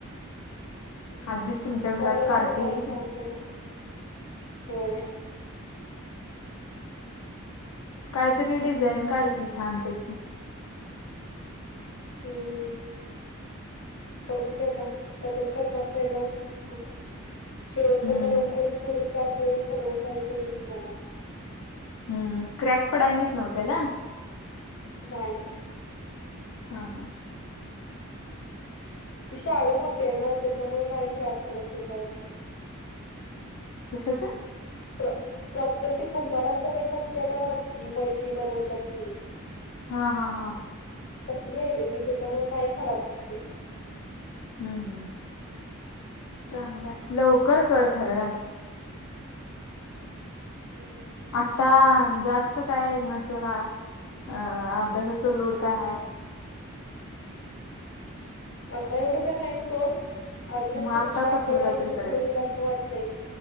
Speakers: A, on the left (about 65°); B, on the left (about 90°).
A: हम्
B: आधीच तुमच्या घरात
A: कलर
B: कार्टी
A: करणार
B: आहे
A: छान
B: ते
A: तला बय
B: कायतरी डिझाईन काढ की छानपैकी
A: हम्म बघू घ आता कलर करणार पहिला मग शेवटचा
B: हम्म
A: त्या रोम कधी सोडन त्याच वेळेस सगळं साहित्य घेऊन जाणार
B: हम्म क्रॅक पडानीच नव्हत्याला
A: नाहीय नाही
B: हां हां
A: ती शाळू मते आहे ना त्याच्यामुळे बाई क्रॅक पडत त्याच्यावरती
B: होशच
A: प्र प्रॉपर ती कुंभारांच्याकड नसते काय मटकी मडकी बनवत तीन
B: हा हा हा
A: तसली आहे ग ती त्याच्यामुळे नाही खराब होतते
B: हम्म हम्म चांगलंय लवकर कर खरं
A: हम्म
B: आता जास्त काय नसेला अ अभ्यासाच लोड काय आहेय
A: आता एवढं काय नाही सोड अजून एक
B: मग आत्ताच
A: पुढच्या आठवड्यापासून
B: असलं काहीतरी करायचं
A: सुरू होईल असं वाटतंय